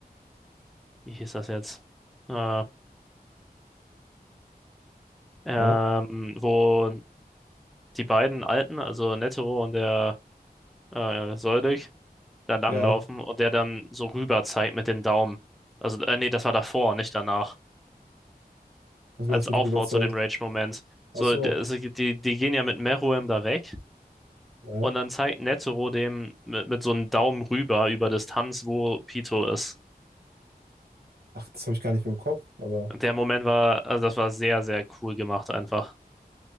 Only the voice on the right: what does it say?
Ja,
ja.
Das war
jetzt gut
rüberzeigt.
Ach so,
ja.
Ach, das habe ich gar nicht mehr im Kopf, aber